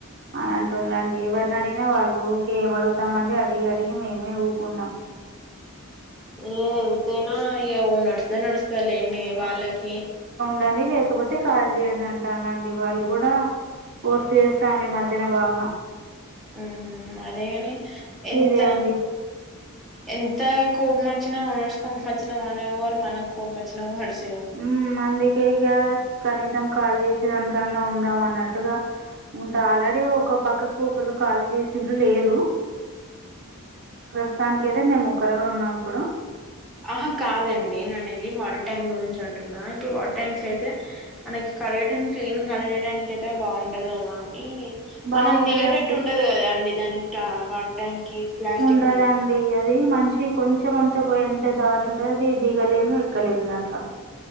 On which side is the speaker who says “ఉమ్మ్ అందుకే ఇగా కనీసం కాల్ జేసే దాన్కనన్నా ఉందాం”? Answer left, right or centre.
Right